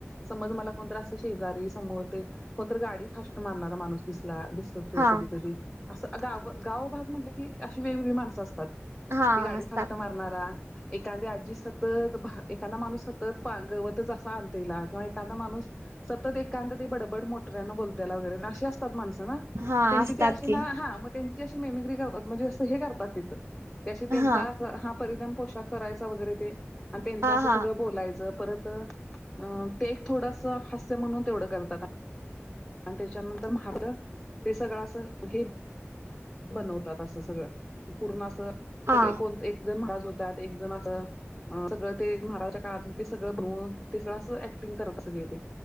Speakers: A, in the centre; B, on the right.
A: समज मला कोणतरं असं शेजारी समोर ते कोणतरी गाडी फास्ट मारणारा माणूस दिसला दिस
B: हा
A: कधी कधी असं गाव गावभाग म्हटलं की अशी वेगवेगळी माणसं असतात.
B: हा
A: ती गाडी
B: असतात
A: फास्ट मारणारा एखाद आजी सतत एखादा माणूस सतत गवतच असा आणतेला किंवा एखादा माणूस सतत एकांद ते बडबड मोटऱ्यान बोलतायला वगैरे अशी असतात माणसं ना?
B: हा
A: त्यांची
B: असतात
A: त अशी
B: की
A: ना हा म त्यानं त्यांची अशी मेमीक्री करतात म्हणजे असं हे करतात तिथं ते अशी त्यांचा
B: हा
A: हा परिधान पोशाख करायचा वगैरे ते आणि त्यांचं
B: हा
A: असं
B: हा
A: सगळं बोलायचं परत अ ते एक थोडस हास्य म्हणून तेवढं करतात. आणि त्याच्यानंतर मारलं ते सगळं असं हे बनवतात असं सगळं पूर्ण असं
B: हा
A: सगळे कोण एक जण महाराज होतात एक जण असं सगळं ते महाराजच्या काळातलं ते सगळं बनवून ते सगळं असं ऍक्टिंग करत सगळे ते.